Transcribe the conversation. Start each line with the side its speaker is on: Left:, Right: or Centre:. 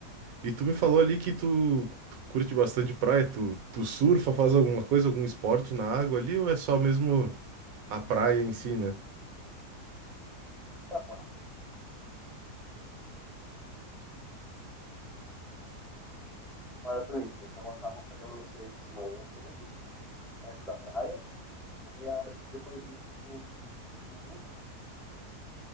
Right: E tu me falou ali que tu, tu curte bastante praia, tu, tu surfa, faz alguma coisa, algum esporte na água ali, ou é só mesmo a praia em si, né?
Centre: Então, maratonista. Então eu acabo fazendo meus treinos de manhã cedo, perto da praia. Aí a- depois disso a gente em grupo assim,